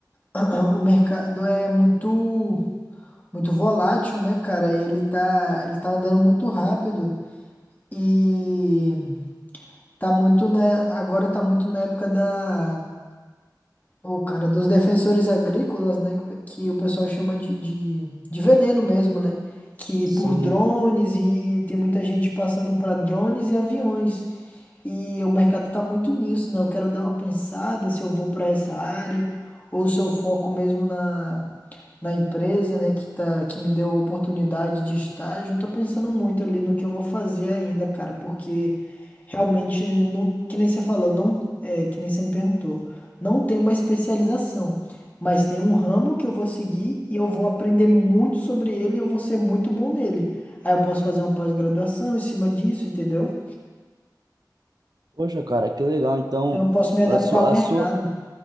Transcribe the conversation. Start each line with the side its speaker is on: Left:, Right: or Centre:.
Left: <clears throat> o mercado é muito muito volátil, né, cara? Ele tá ele tá andando muito rápido e tá muito na agora tá muito na época da O cara dos defensores agrícolas, né? Que que o pessoal chama de, de, de veneno mesmo, né? Que
Right: Sim.
Left: por drones e tem muita gente passando para drones e aviões. E o mercado tá muito nisso, né? Eu quero dar uma pensada se eu vou para essa área ou se eu foco mesmo na, na empresa, né? Que, tá, que me deu a oportunidade de estágio. Eu tô pensando muito ali no que eu vou fazer ainda, cara, porque realmente não, que nem você falou, não, é, que nem você me perguntou, não tem uma especialização, mas tem um ramo que eu vou seguir e eu vou aprender muito sobre ele e eu vou ser muito bom nele. Aí eu posso fazer uma pós-graduação em cima disso, entendeu?
Right: Poxa, cara, que legal. Então,
Left: Então Eu posso me adaptar
Right: a sua,
Left: ao mercado.
Right: a sua,